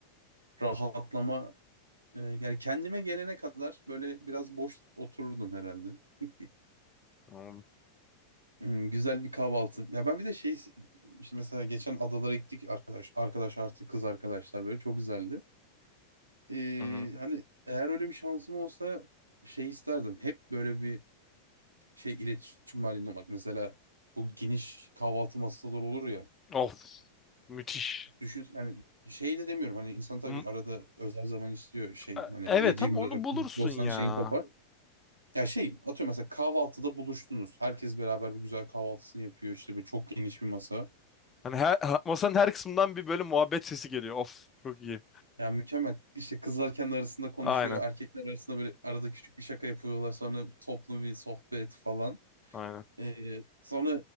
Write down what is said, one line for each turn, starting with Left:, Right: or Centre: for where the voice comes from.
Right: Rahatlama e, yani kendime gelene kadar böyle biraz boş otururdum herhalde. <laughs>
Left: Anladım.
Right: Hmm, Güzel bir kahvaltı. Ya ben bir de şey işte mesela geçen adalara gittik arkadaş arkadaş artı kız arkadaşlar böyle çok güzeldi. Ee,
Left: Hı-hı.
Right: hani eğer öyle bir şansım olsa şey isterdim. Hep böyle bir şey iletişim halinde olmak. Mesela bu geniş kahvaltı masaları olur ya.
Left: Of. Müthiş.
Right: Düşün yani şey de demiyorum hani insan tabii
Left: M-
Right: arada özel zaman istiyor şey
Left: e-
Right: hani
Left: Evet
Right: 7-24
Left: ama onu bulursun
Right: birlikte olsanız
Left: ya.
Right: şeyin kopar. Ya şey atıyorum mesela kahvaltıda buluştunuz. Herkes beraber bir güzel kahvaltısını yapıyor işte böyle çok geniş bir masa.
Left: Hani her, ha- masanın her kısmından bir böyle muhabbet sesi geliyor. Of çok iyi.
Right: Yani mükemmel. İşte kızlar kendi arasında konuşuyor.
Left: Aynen.
Right: Erkekler arasında böyle arada küçük bir şaka yapıyorlar. Sonra toplu bir sohbet falan.
Left: Aynen.
Right: Ee, sonra